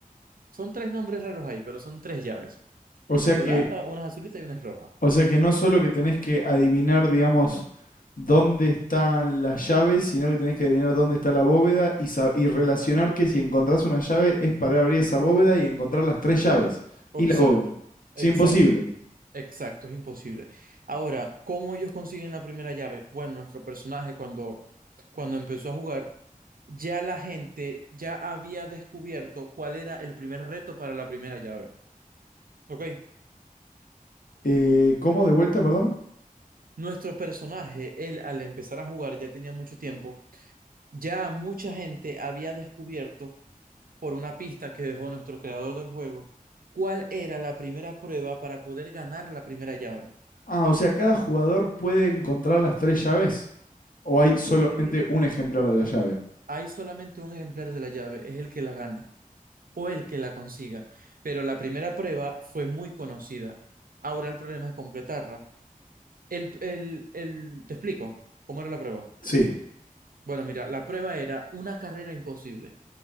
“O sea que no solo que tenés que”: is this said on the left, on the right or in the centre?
Left